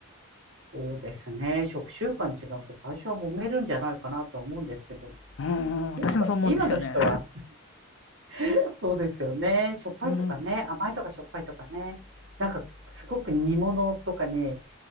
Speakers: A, on the right; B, on the left.
A: そうですね。食習慣違うと最初は揉めるんじゃないかなと思うんですけど、
B: うん、私もそう思うんですよね。
A: 今の、今の人は <laughs> そうですよね。しょっぱいとかね、
B: うん。
A: 甘いとかしょっぱいとかね。なんかすごく煮物とかに